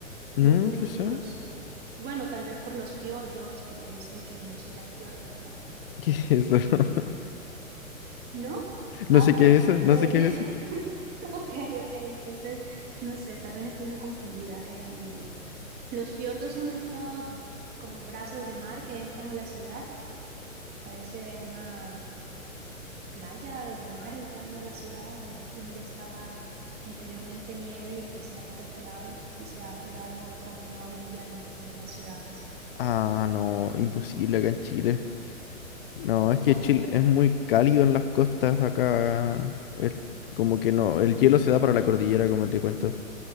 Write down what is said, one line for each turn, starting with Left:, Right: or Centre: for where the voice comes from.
Left: No,
Right: No, no,
Left: quizá.
Right: no lo sé. Bueno, tal vez por los fiordos, que sé que en Chile hay fiordos, ¿no?
Left: ¿Qué es eso? <laughs>
Right: ¿No?
Left: No
Right: Ah,
Left: sé
Right: ok.
Left: qué
Right: Eh,
Left: es eso, no
Right: <laughs>
Left: sé qué es eso.
Right: ok, ok, entonces, no sé, tal vez estoy muy confundida. Em, los fiordos son estos como brazos de mar que entran a la ciudad. Parece una, playa o el mar entrando a las ciudades donde estaba anteriormente nieve y que se ha descongelado y se ha quedado como una orilla dentro de las ciudades.
Left: Ah, no, imposible acá en Chile. No, es que
Right: Ok,
Left: Chile es muy cálido en las costas acá. El, como que no, el hielo se da para la cordillera, como te cuento.